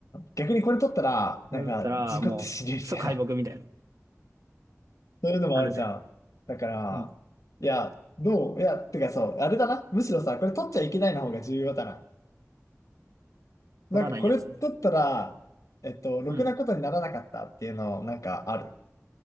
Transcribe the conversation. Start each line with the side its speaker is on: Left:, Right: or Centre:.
Left: 逆にこれ取ったら、
Right: これだったら、
Left: なんか、事故って死ぬみたいな、
Right: もう、即敗北みたいな。
Left: <laughs> そういうのもあるじゃん。
Right: あるね。
Left: だから、
Right: うん。
Left: いや、どういや、てかそう、あれだな。むしろさ、これ取っちゃいけないの方が重要だな。なんかこれ取ったら、
Right: 取らないやつ。
Left: えっと、ろくなことにならなかったっていうの、
Right: うん。
Left: なんかある。